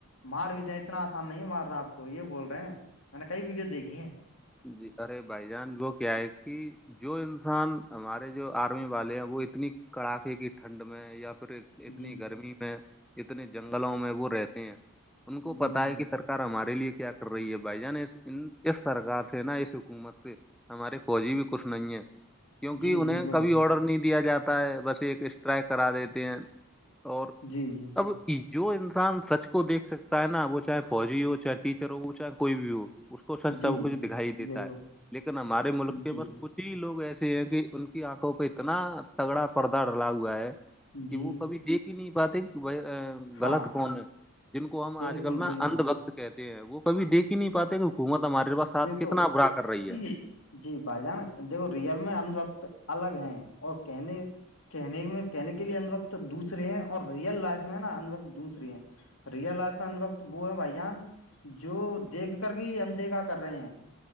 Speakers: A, on the left; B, in the centre.
A: مار بھی دیں اتنا آسان نہیں مار رہا آپ کو یہ بول رہے ہیں میں نے کئی ویڈیو دیکھی ہیں
B: جی ارے بھائی جان وہ کیا ہے کہ جو انسان ہمارے جو آرمی والے ہیں وہ اتنی کڑاکے کی ٹھنڈ میں یا پھر اتنی
A: جی
B: گرمی میں اتنے جنگلوں میں وہ رہتے ہیں ان کو
A: جی
B: پتا ہے
A: جی
B: کہ سرکار ہمارے لیے کیا کر رہی ہے بھائی جان اس سرار تھ نا اس حکومت سے ہمارے فوجی بھی کچھ نہیں ہے کیونکہ
A: جی
B: انہیں
A: جی بالکل
B: کبھی آڈر نہیں دیا جاتا ہے بس ایک اسٹرائیک کرا دیتے ہیں اور
A: جی جی <unintelligible>
B: اب جو انسان سچ کو دیکھ سکتا ہے نا وہ چاہے فوجی ہو چاہے ٹیچر ہو ہو چاہے کوئی بھی ہو اس کو س
A: جی
B: سب کچھ
A: جی
B: دکھائی دیتا
A: بالکل
B: ہے لیکن ہمارے ملک کے
A: جی
B: بس کچھ ہی لوگ ایسے ہیں کہ ان کی آنکھوں پہ اتنا تگڑا پردہ ڈلا ہوا ہے
A: جی
B: کہ وہ کبھی دیک ہی نہیں پاتے ب غلط
A: ہاں
B: کون ہے جن کو ہم
A: بالکل
B: آج کل نا
A: بالکل
B: اندھ وقت کہتے ہیں وہ کبھی دیک ہی نہیں پاتے کہ گھوما ہمارے پاس ساتھ کتنا
A: کو
B: برا کر رہی
A: <unintelligible>
B: ہے
A: جی بھائی جان دیکھو ریئل میں اند وقت الگ ہے اور کہنے کہنے میں کہنے کے لیے اندھ وقت دوسرے ہیں اور ریئل لائف میں نا اندھ وقت دوسرری ہیں ریئل لائف میں ان وقت وہ ہے بھائی جان جو دیکھ کر گ اندیکھا کر کر رہے ہیں